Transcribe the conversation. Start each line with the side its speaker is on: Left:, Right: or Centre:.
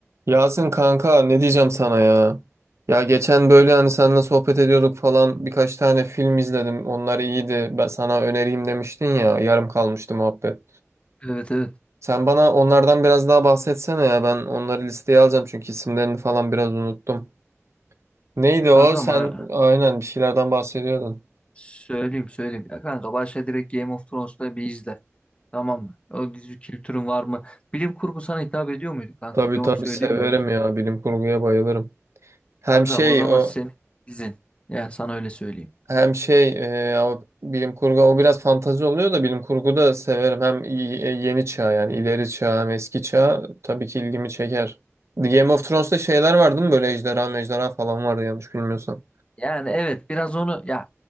Right: Yasin kanka ne diyeceğim sana ya? Ya geçen böyle hani seninle sohbet ediyorduk falan birkaç tane film izledim. Onlar iyiydi. Ben sana önereyim demiştin ya. Yarım kalmıştı muhabbet.
Left: Evet evet.
Right: Sen bana onlardan biraz daha bahsetsene ya. Ben onları listeye alacağım çünkü isimlerini falan biraz unuttum. Neydi o?
Left: Kanka
Right: Sen
Left: ama
Right: aynen bir şeylerden bahsediyordun.
Left: söyleyeyim söyleyeyim. Ya kanka başla direkt Game of Thrones'ta bir izle. Tamam mı? O dizi kültürün var mı? Bilim kurgu sana hitap ediyor muydu kanka?
Right: Tabii
Left: Bir onu
Right: tabii
Left: söyleyeyim
Right: severim
Left: de başla.
Right: ya. Bilim kurguya bayılırım. Hem
Left: Kankam
Right: şey
Left: o zaman
Right: o
Left: senin dizin. Yani sana öyle söyleyeyim.
Right: Hem şey e, ama bilim kurgu o biraz fantazi oluyor da bilim kurgu da severim. Hem y- e, yeni çağ yani ileri çağ hem eski çağ tabii ki ilgimi çeker. The Game of Thrones'ta şeyler vardı mı böyle ejderha mejderha falan vardı yanlış bilmiyorsam.
Left: Yani evet biraz onu ya